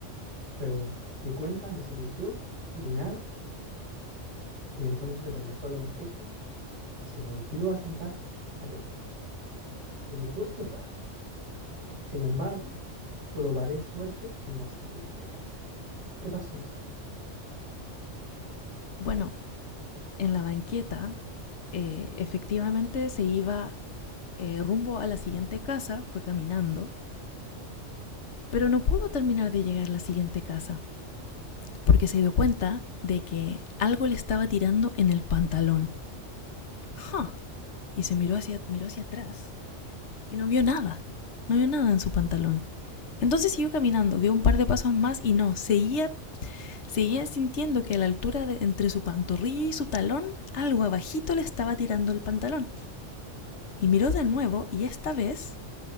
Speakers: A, on the right; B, on the left.
A: Pero ni cuenta, ni se volteó, ni nada, y entonces regresó a la banqueta y se volvió a sentar a pensar. Y dijo, esto es raro. Sin embargo, probaré suerte en la siguiente casa. ¿Qué pasó después?
B: Bueno, en la banqueta, eh, efectivamente se iba eh, rumbo a la siguiente casa, fue caminando, pero no pudo terminar de llegar a la siguiente casa, porque se dio cuenta de que algo le estaba tirando en el pantalón. ¡Ja! Huh. Y se miró hacia, miró hacia atrás Y no vio nada. No vio nada en su pantalón. Entonces siguió caminando, dio un par de pasos más y no, seguía, seguía sintiendo que a la altura de entre su pantorrilla y su talón, algo abajito le estaba tirando el pantalón. Y miró de nuevo y esta vez